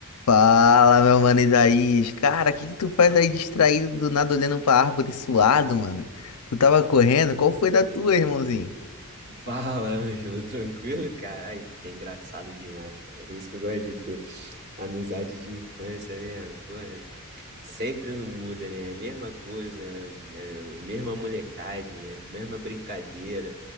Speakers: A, on the left; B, on the right.
A: Fala, meu mano Isaías. Cara, o que que tu faz aí distraído do nada olhando pra árvore suado, mano? Tu tava correndo? Qual foi da tua, irmãozinho?
B: Fala, Ângelo, tranquilo, cara? Ai, tu é engraçado demais, cara. Por isso que eu gosto de tu. Amizade de infância, né? Pô, é, sempre não muda, né? Mesma coisa, é, mesma molecagem, é, mesma brincadeira,